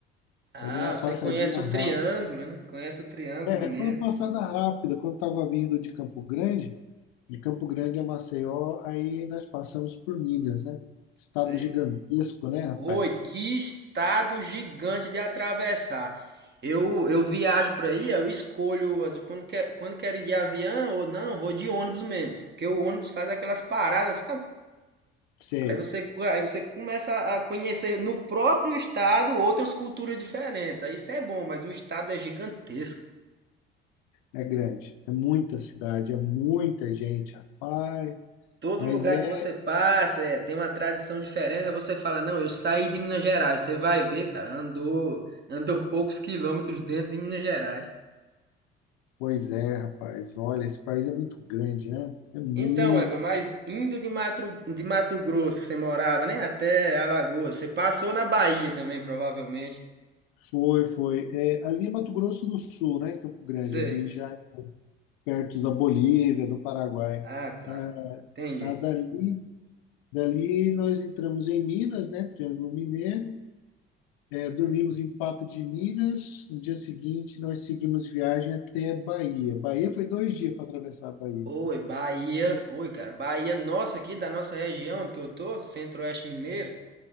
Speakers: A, on the right; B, on the left.
A: Ah,
B: Eu dei uma
A: você
B: passadinha
A: conhece o
B: rápida.
A: Triângulo, né? Conhece o Triângulo
B: É,
A: Mineiro.
B: foi uma passada rápida. Quando estava vindo de Campo Grande, de Campo Grande a Maceió, aí nós passamos por Minas, né? Estado
A: Sei.
B: gigantesco, né, rapaz?
A: Oi, que estado gigante de atravessar. Eu, eu viajo por aí, eu escolho às vezes, quando, quer, quando quero ir de avião ou não, vou de ônibus mesmo. Porque o ônibus faz aquelas paradas, sabe?
B: Sério,
A: Aí você, co- aí você começa a a conhecer no próprio estado outras culturas diferentes. Aí isso é bom, mas o estado é gigantesco.
B: é grande. É muita cidade, é muita gente, rapaz.
A: Todo
B: Mas
A: lugar
B: é
A: que você passa, é, tem uma tradição diferente, aí você fala, não, eu saí de Minas Gerais. Você vai ver, cara, andou, andou poucos quilômetros dentro de Minas Gerais.
B: Pois é, rapaz. Olha, esse país é muito grande, né? É muito.
A: Então, Eva, mas indo de Mato, de Mato Grosso, que você morava, né, até Alagoas, você passou na Bahia também, provavelmente.
B: Foi, foi. É, ali é Mato Grosso do Sul, né? Campo Grande,
A: Sei.
B: ali já perto da Bolívia, do Paraguai.
A: Ah, tá.
B: Ah,
A: Entendi.
B: ah, dali, dali nós entramos em Minas, né? Triângulo Mineiro. É, dormimos em Pato de Minas. No dia seguinte, nós seguimos viagem até Bahia. Bahia foi dois dias para atravessar a Bahia.
A: Oi, Bahia.
B: Mas,
A: Oi, cara. Bahia, nossa, aqui da nossa região que eu tô, Centro-Oeste Mineiro,